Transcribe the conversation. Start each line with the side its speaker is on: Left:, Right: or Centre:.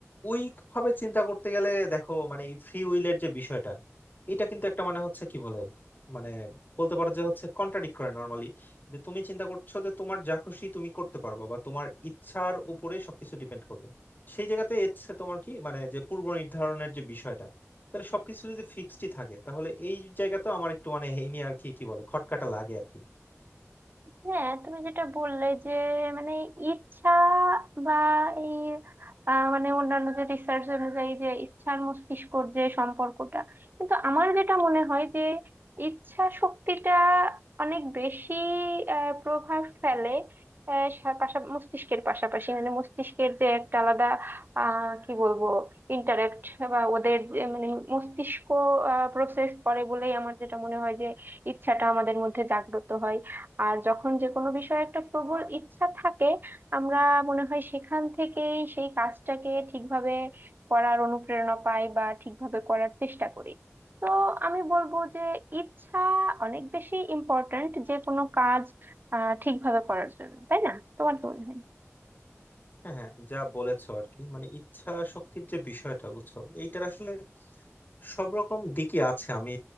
Left: ওইভাবে চিন্তা করতে গেলে দেখো মানে ফ্রি উইলের যে বিষয়টা এটা কিন্তু একটা মানে হচ্ছে কি বলে মানে বলতে পারো যে হচ্ছে কন্ট্রাডিক্ট করে নর্মালি যে তুমি চিন্তা করছো যে তোমার যা খুশি তুমি করতে পারবে বা তোমার ইচ্ছার উপরে সবকিছু ডিপেন্ড করবে সেই জায়গাতে ইচ্ছে তোমার কি মানে যে পূর্ব নির্ধারণের যে বিষয়টা তাহলে সবকিছু যদি ফিক্সডই থাকে তাহলে এই জায়গাতে আমার একটু মানে এই নিয়ে আর কি কি বলে খটকাটা লাগে আর কি
Right: হ্যাঁ তুমি যেটা বললে যে মানে ইচ্ছা বা এই আহ, মানে অন্যান্য যে রিসার্চ অনুযায়ী যে ইচ্ছার মস্তিষ্কর যে সম্পর্কটা কিন্তু আমার যেটা মনে হয় যে ইচ্ছা শক্তিটা অনেক বেশি আহ, প্রভাব ফেলে আহ, সা- পাশা- মস্তিষ্কের পাশাপাশি মানে মস্তিষ্কের যে একটা আলাদা আহ কি বলবো ইন্টারেক্ট বা ওদের যে মানে মস্তিষ্ক প্রসেস করে বলেই আমার যেটা মনে হয় যে ইচ্ছাটা আমাদের মধ্যে জাগ্রত হয় আর যখন যে কোনো বিষয়ে একটা প্রবল ইচ্ছা থাকে আমরা মনে হয় সেখান থেকেই সেই কাজটাকে ঠিকভাবে করার অনুপ্রেরণা পাই বা ঠিকভাবে করার চেষ্টা করি তো আমি বলবো যে ইচ্ছা অনেক বেশি ইম্পর্ট্যান্ট যে কোনো কাজ আহ ঠিকভাবে করার জন্য তাই না তোমার কি মনে হয়
Left: হ্যাঁ হ্যাঁ যা বলেছো আর কি মানে ইচ্ছা শক্তির যে বিষয়টা বুঝছো এইটার আসলে সব রকম দিকই আছে আমি